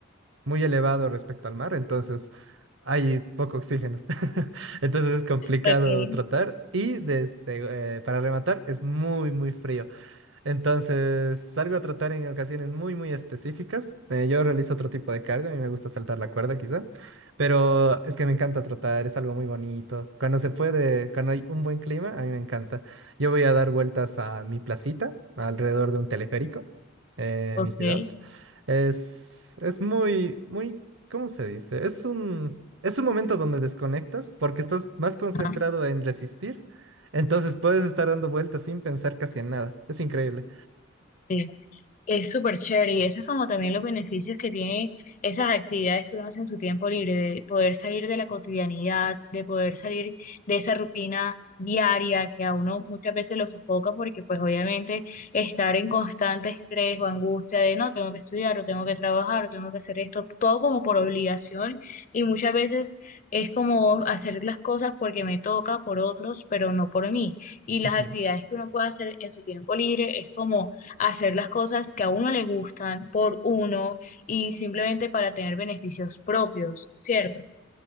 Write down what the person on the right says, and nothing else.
muy elevado respecto al mar, entonces hay poco oxígeno. <laughs> Entonces es complicado
tratar y desde, eh, para rematar es muy, muy frío. Entonces, salgo a trotar en ocasiones muy, muy específicas. Eh, yo realizo otro tipo de cardio, a mí me gusta saltar la cuerda quizá, pero es que me encanta trotar, es algo muy bonito. Cuando se puede, cuando hay un buen clima, a mí me encanta. Yo voy a dar vueltas a mi placita, alrededor de un teleférico, eh,
en mi ciudad. Es, es muy, muy, ¿cómo se dice? Es un, es un momento donde desconectas porque estás más concentrado
en resistir. Entonces puedes estar dando vueltas sin pensar casi en nada. Es increíble.
Ujú.